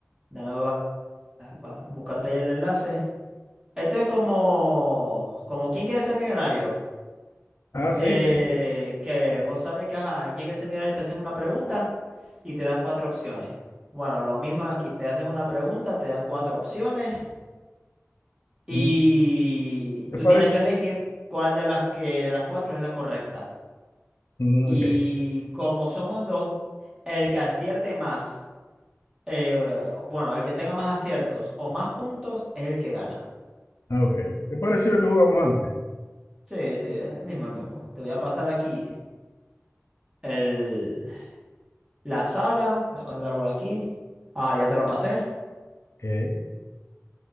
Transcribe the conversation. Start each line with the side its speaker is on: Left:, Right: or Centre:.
Right: Dame para buscarte ahí el enlace. Esto es como, como ¿quién quiere ser millonario?
Left: Ah, sí,
Right: Eh,
Left: sí,
Right: que
Left: sí.
Right: vos sabés que, ajá, ¿quién quiere ser millonario? Te hacen una pregunta y te dan cuatro opciones. Bueno, lo mismo aquí, te hacen una pregunta, te dan cuatro opciones y
Left: Mm, ¿te
Right: tú
Left: parece?
Right: tienes que elegir cuál de las que de las cuatro es la correcta.
Left: Mm,
Right: Y
Left: ok,
Right: como somos dos, el que acierte más, eh, bueno, el que tenga más aciertos o más puntos es el que gana.
Left: ah, ok. Es parecido al que jugamos antes.
Right: Sí, sí, es el mismo, el mismo. Te voy a pasar aquí el, la sala, la vas a dar por aquí. Ah, ya te lo pasé.
Left: Ok,